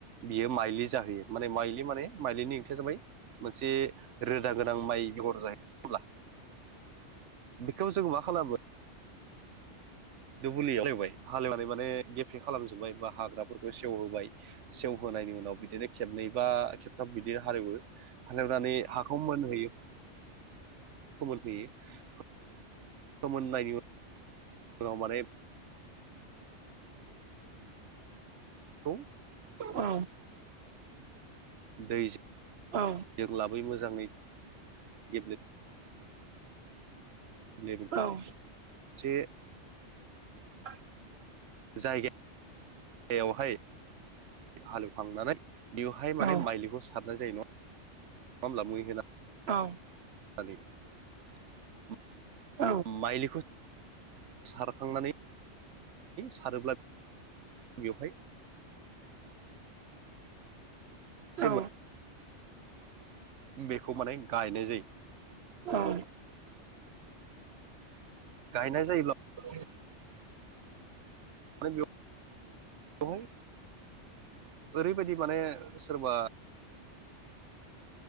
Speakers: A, on the right (about 80°); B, on the right (about 60°).
A: बियो माइलि जाहैयो माने माइलि माने माइलिनि ओंथिया जाबाय मोनसे रोदा गोनां माइ बेगर जाहैब्ला बेखौ जों मा खालामो दुबुलियावायबाय हालवनानै माने गे सिफ्रि खालामजोब्बाय बा हाग्राफोरखौ सेवहोबाय सेवहोनायनि उनाव बिदिनो खेबनै बा खेबथाम बिदि हालेवो हाग्रनानै हाखौ मोनहोयोखौ मोनहोयो मोनहोयो खोमोननायनि उन उनाव <unintelligible> <unintelligible>
B: औ।
A: दै
B: औ।
A: जों लाबोयो मोजांङै गेब्ले <unintelligible>
B: औ।
A: जे
B: <inaudible>
A: जायगा यावहाय हालेवखांनानै बेवहाय माने
B: औ
A: माइलिखौ सारनाय जायो नंङा <inaudible> मै होनां <unintelligible>
B: औ।
A: <unintelligible>
B: औ
A: माइलिखौ सारखांनानै सारोब्ला <inaudible> बेवहाय एसे
B: औ।
A: बेखौ माने गायनाय जायो।
B: औ।
A: गायनाय जायोब्ला
B: <inaudible>
A: <unintelligible> बेवहाय ओरैबायदि माने सोरबा